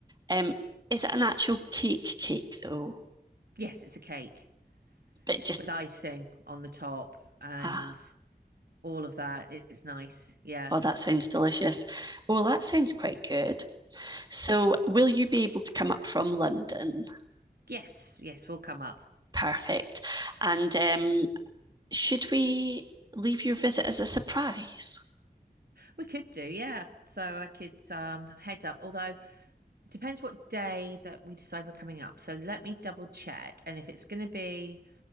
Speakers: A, on the right; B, on the right.
A: Um, is it an actual cake cake though?
B: Yes, it's a cake
A: But just
B: with icing on the top and
A: ah,
B: all of that. It's nice. Yeah.
A: oh, that sounds delicious. Well, that sounds quite good. So, will you be able to come up from London?
B: Yes, yes, we'll come up.
A: Perfect. And um, should we leave your visit as a surprise?
B: We could do, yeah. So I could um head up. Although it depends what day that we decide we're coming up. So let me double check. And if it's gonna be